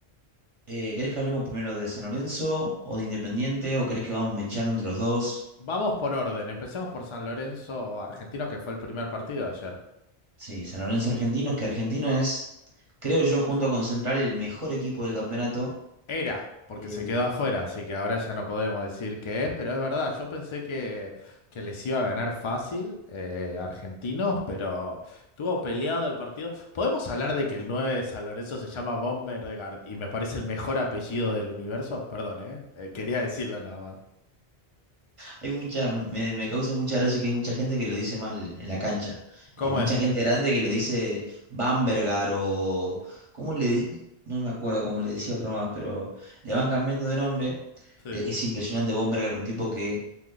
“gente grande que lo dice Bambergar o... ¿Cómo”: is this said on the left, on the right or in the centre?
Right